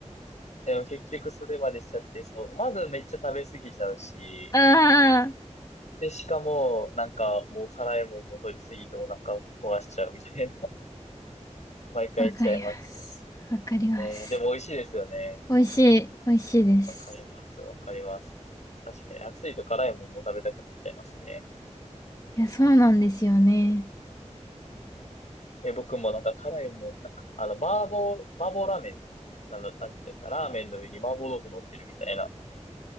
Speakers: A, on the left; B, on the left.
A: でも結局それまでしちゃって、そう、まずめっちゃ食べ過ぎちゃうし、
B: あ
A: で、しかも、なんかもう辛いもんも取り過ぎてお腹壊しちゃうみたいな、<laughs> 毎回しちゃいます
B: あわかります。わかります。
A: ね。ねえ、でも美味しいですよね。
B: 美味しい、美味しいです。
A: わかります、わかります。確かに暑いと辛いもんも食べたくなっちゃいますね。
B: いや、そうなんですよね。
A: え、僕もなんか辛いもなんか、あの、麻婆、麻婆ラーメン、なの、なんていうんですか、ラーメンの上に麻婆豆腐乗ってるみたいな、